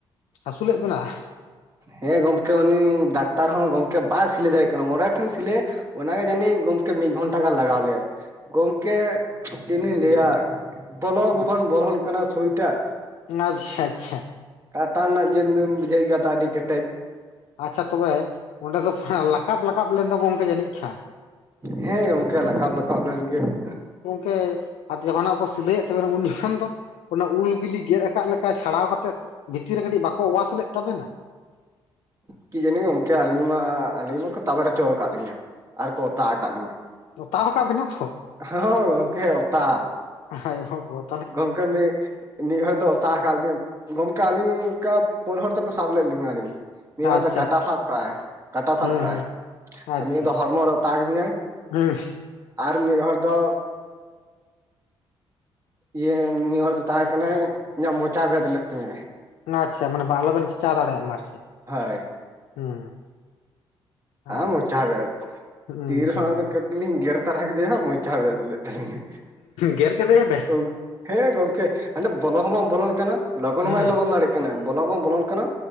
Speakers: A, on the left; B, on the right.
A: ᱦᱟᱹᱥᱩ ᱞᱮᱫ ᱵᱮᱱᱟ?
B: ᱦᱮᱸ ᱜᱚᱝᱠᱮ ᱩᱱᱤ ᱰᱟᱠᱛᱟᱨ ᱦᱚᱸ ᱜᱚᱝᱠᱮ ᱵᱟᱭ ᱥᱤᱞᱟᱹᱭ ᱫᱟᱲᱮᱜ ᱠᱟᱱᱟ ᱢᱚᱬᱮ ᱴᱷᱮᱱ ᱥᱤᱞᱟᱹᱭ ᱚᱱᱟᱜᱮ ᱡᱟᱹᱱᱤᱡ ᱜᱚᱝᱠᱮ ᱢᱤᱜ ᱜᱷᱚᱱᱴᱟ ᱜᱟᱱ ᱞᱟᱜᱟᱣ ᱞᱮᱣᱟᱭ ᱜᱚᱝᱠᱮ ᱪᱮᱫ ᱞᱤᱧ ᱞᱟᱹᱭᱟ ᱵᱚᱞᱚ ᱜᱚᱵᱟᱝ ᱵᱚᱞᱚᱱ ᱠᱟᱱᱟ ᱥᱩᱭ ᱴᱟᱜ᱾
A: ᱱᱟᱪᱪᱷᱟ ᱟᱪᱪᱷᱟ
B: ᱠᱟᱴᱟ ᱨᱮᱱᱟᱜ ᱡᱤᱞ ᱫᱚᱵᱮᱱ ᱵᱩᱡᱷᱟᱹᱣᱮᱜ ᱜᱮᱭᱟ ᱛᱚ ᱟᱹᱰᱤ ᱠᱮᱴᱮᱡ᱾
A: ᱟᱪᱪᱷᱟ ᱛᱚᱵᱮ ᱚᱸᱰᱮ ᱫᱚ ᱯᱷᱟᱸ ᱞᱟᱠᱟᱵ ᱞᱟᱠᱟᱵ ᱞᱮᱱᱫᱚ ᱜᱚᱝᱠᱮ ᱡᱟᱹᱱᱤᱡ ᱠᱷᱟᱱ?
B: ᱦᱮᱸ ᱜᱚᱝᱠᱮ ᱞᱟᱠᱟᱵ ᱞᱟᱠᱟᱵ ᱞᱮᱱ ᱜᱮᱭᱟ ᱦᱮᱸ᱾
A: ᱠᱮ ᱟᱫᱚ ᱡᱚᱠᱷᱚᱱᱟᱜ ᱠᱚ ᱥᱤᱞᱟᱹᱭᱮᱜ ᱛᱟᱵᱮᱱᱟ ᱩᱱ ᱡᱚᱠᱷᱚᱱ ᱫᱚ ᱚᱱᱟ ᱩᱞ ᱵᱤᱞᱤ ᱜᱮᱫ ᱟᱠᱟᱫ ᱞᱮᱠᱟ ᱪᱷᱟᱲᱟᱣ ᱠᱟᱛᱮᱫ ᱵᱷᱤᱛᱤᱨ ᱨᱮ ᱠᱟᱹᱴᱤᱡ ᱵᱟᱠᱚ ᱚᱣᱟᱥ ᱞᱮᱫ ᱛᱟᱵᱮᱱᱟ?
B: ᱠᱤ ᱡᱟᱹᱱᱤᱧ ᱜᱚᱝᱠᱮ ᱟᱹᱞᱤᱧ ᱢᱟ ᱟᱹᱞᱤᱧ ᱢᱟᱠᱚ ᱛᱟᱵᱮᱨ ᱚᱪᱚᱣ ᱠᱟᱜ ᱞᱤᱧᱟᱹ ᱟᱨ ᱠᱚ ᱚᱛᱟᱣ ᱠᱟᱜ ᱞᱤᱧᱟᱹ᱾
A: ᱚᱛᱟᱣ ᱠᱟᱜ ᱵᱮᱱᱟ ᱠᱚ?
B: ᱦᱚᱸ ᱜᱚᱝᱠᱮ ᱚᱛᱟ᱾
A: ᱦᱟᱭᱚᱜᱚ᱾
B: ᱜᱚᱝᱠᱮ ᱢᱤ ᱢᱤᱜ ᱦᱚᱲ ᱫᱚ ᱚᱛᱟᱣ ᱠᱟᱜ ᱞᱤᱧᱟᱹ ᱜᱚᱢᱠᱮ ᱟᱹᱞᱤᱧ ᱚᱝᱠᱟ ᱯᱳᱱ ᱦᱚᱲ ᱛᱮᱠᱚ ᱥᱟᱵ ᱞᱮᱜ ᱞᱤᱧᱟᱹ ᱟᱞᱤᱧ᱾ ᱢᱤᱜ ᱦᱚᱲ
A: ᱟᱪᱪᱷᱟ
B: ᱫᱚ ᱠᱟᱴᱟ
A: ᱟᱪᱪᱷᱟ
B: ᱥᱟᱵ ᱠᱟᱜᱼᱟᱭ ᱠᱟᱴᱟ ᱥᱟᱵ
A: ᱦᱩᱸ
B: ᱠᱟᱜᱼᱟᱭ᱾
A: ᱦᱩᱸ ᱟᱪᱪᱷᱟ
B: ᱟᱨ ᱢᱤᱜ ᱫᱚ ᱦᱚᱲᱢᱚ ᱨᱮᱭ ᱚᱛᱟᱣ ᱠᱟᱫᱤᱧᱟᱭ
A: ᱦᱩᱸ
B: ᱟᱨ ᱢᱤᱜ ᱦᱚᱲ ᱫᱚ ᱤᱭᱟᱹ ᱢᱤᱜ ᱦᱚᱲ ᱫᱚ ᱛᱟᱦᱮᱸ ᱠᱟᱱᱟᱭ ᱤᱧᱟᱹᱜ ᱢᱚᱪᱟ ᱵᱮᱫ ᱞᱮᱫ ᱛᱤᱧᱟᱭ᱾
A: ᱚᱱᱟ ᱟᱪᱪᱷᱟ ᱢᱟᱱᱮ ᱵᱟᱝᱞᱚ ᱵᱮᱱ ᱪᱮᱪᱟᱣ ᱫᱟᱲᱮᱭᱟᱜ ᱢᱟ ᱟᱨ ᱪᱮᱫ᱾
B: ᱚᱭ
A: ᱦᱩᱸ
B: ᱟᱸ
A: ᱟᱪᱪᱷᱟ
B: ᱢᱚᱪᱟ ᱵᱮᱫ
A: ᱦᱩᱸ
B: ᱛᱤ ᱨᱮᱦᱚᱸ
A: ᱦᱩᱸ
B: ᱚᱱᱮ ᱠᱟᱹᱴᱤᱡ ᱞᱤᱧ ᱜᱮᱨ ᱛᱟᱨᱟ ᱠᱮᱫᱮᱭᱟ ᱢᱚᱪᱟ ᱵᱮᱫ ᱞᱮᱫ ᱛᱷᱟᱹᱞᱤᱧᱟ
A: ᱜᱮᱨ ᱠᱮᱫᱮᱭᱟ ᱵᱮᱱ
B: ᱚ ᱦᱮᱸ ᱜᱚᱝᱠᱮ ᱦᱟᱱᱮ ᱵᱚᱞᱚ ᱦᱚᱸ ᱵᱟᱝ ᱵᱚᱞᱚᱱ ᱠᱟᱱᱟ ᱞᱚᱜᱚᱱ
A: ᱦᱩᱸ
B: ᱦᱚᱸ ᱵᱟᱭ ᱞᱚᱜᱚᱱ ᱫᱟᱲᱮᱜ ᱠᱟᱱᱟ ᱵᱚᱞᱚ ᱵᱟᱝ ᱵᱚᱞᱚᱱ ᱠᱟᱱᱟ